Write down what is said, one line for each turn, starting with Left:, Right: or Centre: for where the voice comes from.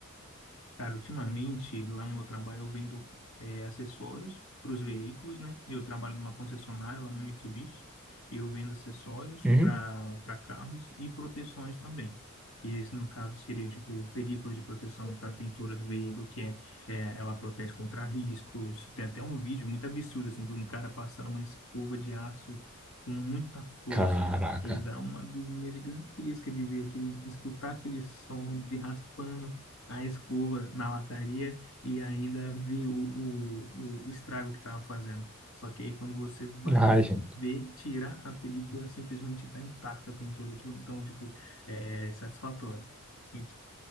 Left: Cara, ultimamente lá no meu trabalho eu vendo eh, acessórios para os veículos, né? Eu trabalho numa concessionária lá no Mitsubishi e eu vendo acessórios
Centre: Uhum.
Left: para para carros e proteções também. E esse, no caso, seria tipo películas de proteção para a pintura do veículo, que é, eh, ela protege contra riscos. Tem até um vídeo muito absurdo assim de um cara passando uma escova de aço com muita força.
Centre: Caraca.
Left: E dá uma agonia gigantesca de ver aquele, escutar aquele som de raspando a escova na lataria e ainda vi o, o, o estrago que estava fazendo. Só que aí quando você vai
Centre: Ai, gente.
Left: ver, tirar a película, simplesmente está intacta a pintura. Tipo, então, tipo, é é satisfatório. Sim,